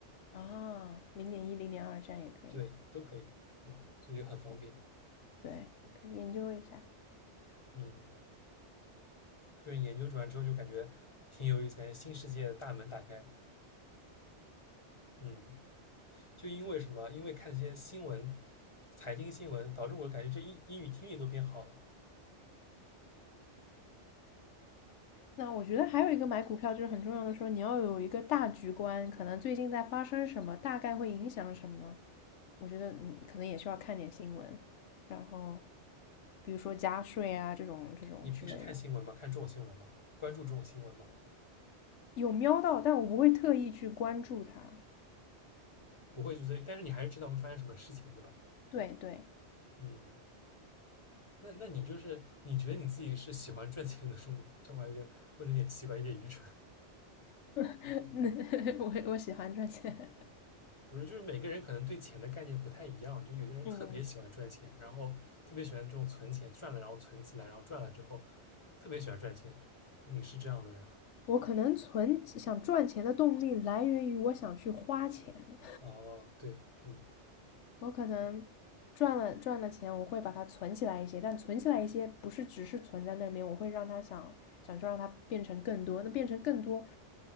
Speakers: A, on the left; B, on the left.
A: 啊，零点一零点二这样也可以
B: 对，都可以，嗯，所以就很方便，
A: ，OK，对，可以研究一下。
B: 嗯，就是研究完之后就感觉挺有意思，感觉新世界的大门打开，嗯，就因为什么？因为看一些新闻，财经新闻，导致我感觉这英英语听力都变好了。
A: 那我觉得还有一个买股票就是很重要的时候，你要有一个大局观，可能最近在发生什么，大概会影响什么。我觉得你可能也需要看点新闻，然后比如说加税啊这种这种之类的，
B: 你平时看新闻吗？看这种新闻吗？关注这种新闻吗？
A: 有瞄到，但我不会特意去关注它。
B: 不会，就追，但是你还是知道会发生什么事情，对吧？
A: 对对，
B: 嗯，那那你就是你觉得你自己是喜欢赚钱的种吗？这话有点问的有点奇怪，有点愚蠢。
A: <laughs> 那我我喜欢赚钱。
B: 不是，就是每个人可能对钱的概念不太一样，就有些人特别喜欢赚钱，
A: 嗯，
B: 然后特别喜欢这种存钱，赚了然后存起来，然后赚了之后特别喜欢赚钱。你是这样的人
A: 我可能存想赚钱的动力来源于我想去花钱。
B: 哦，对，嗯，
A: 我可能赚了赚了钱，我会把它存起来一些，但存起来一些不是只是存在那边，我会让它想想去让它变成更多，那变成更多，